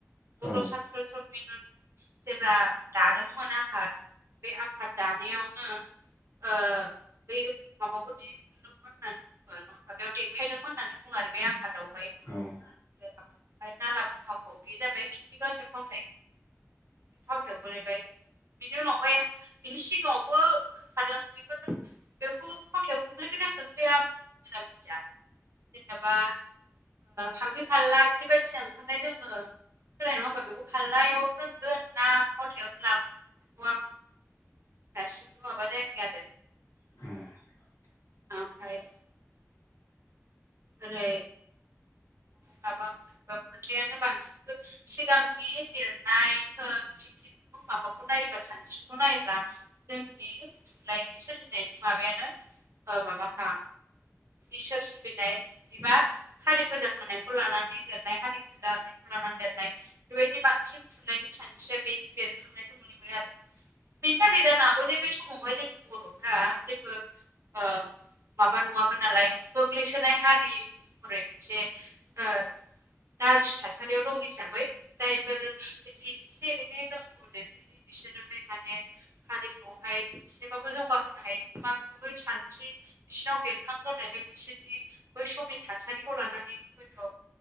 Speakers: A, on the left; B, on the right.
A: औ
B: बर'
A: औ
B: साथ्र सनमिलन जेब्ला दादोंमोन आफाद बे आफाद दानायावनो ओ बै माबाखौ दि होननानै माबायाव देखायदोंमोन होननानै बुङो आरो बे आफादावहाय।
A: औ
B: ओमफ्राय नाला हाखौ बे जाबाय खिन्थि गासे फावथाय। फावथायाव गोग्लैबाय। बिनि उनावहाय बिनि सिगाङावबो खोनखादों बेफोर बेखौ फावथायाव खोख्लैगोन ना मोजां मिथिया जेनबा हामफे फाल्ला बिदि बायदिनो ओंखारनाय जोङो सोलाय नङा होमबा बेखौ फाल्लायाव रोंगोन ना फावथायावनो लागोन बेखौ आङो दासिमबो माबा जायाखै।
A: <inaudible>
B: ओमफाय ओरै माबा खोथायानो बांसिनखौ सिगांनि लिरनाय होन माबाखौ नायोब्ला सानस्रिखौ नायोब्ला जोंनि थुनलाइनि सोलिनायनि माबायानो माबाखा इसोर सिबिनाय बिदिबा हारि फोजाखांनायखौ लानानै लेरनाय हारि फोजा फोजानायखौ लानानै लिरनाय बेबायदि बांसिन थुनलाइनि सानस्रिया बे बेरखांनायखौ नुनो मोनो आरो बेनि थाखाय जानो हागौ जे बे समावहाय जोंनि बर'फ्रा माबा नङामोन नालाय गोग्लैसोनाय हा <unintelligible> मोनसे ओ गाज्रि थासारियाव दं हिसाबै दा बेफोर जि एसे एनै दंनो बिसोरनोहाय माने हारिखौहाय एसेबाबो जौगाहोनो हायो मोन बा गुबै सानस्रि बिसिरनाव बेरखांगोन होननानै बिसोरनि बै समनि थासारिखौ लानानै हयथ'